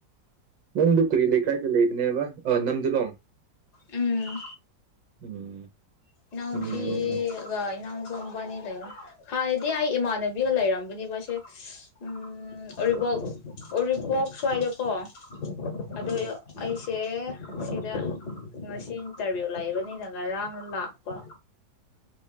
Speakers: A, on the right; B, on the left.
A: ꯅꯪꯗꯨ ꯀꯔꯤ ꯂꯩꯀꯥꯏꯗ ꯂꯩꯕꯅꯦꯕ ꯑ ꯅꯝꯗꯨꯂꯣꯡ
B: ꯎꯝ
A: ꯎꯝ
B: ꯏ
A: ꯎꯝ
B: ꯐꯤꯒ
A: ꯍꯣꯏ
B: ꯏ ꯅꯤ ꯂꯩ ꯍꯥꯟꯅꯗꯤ ꯑꯩ ꯏꯃꯥꯟꯅꯕꯤꯒ ꯂꯩꯔꯝꯕꯅꯦꯕꯁꯦ ꯎꯝ ꯑꯣ ꯎꯔꯤꯄꯣꯛ ꯁ꯭ꯋꯥꯏꯗꯀꯣ ꯑꯗꯣ ꯑꯩꯁꯦ ꯁꯤꯗ ꯉꯁꯤ ꯏꯟꯇꯔꯚꯤꯌꯨ ꯂꯩꯕꯅꯤꯅ ꯉꯔꯥꯡ ꯂꯥꯛ ꯇ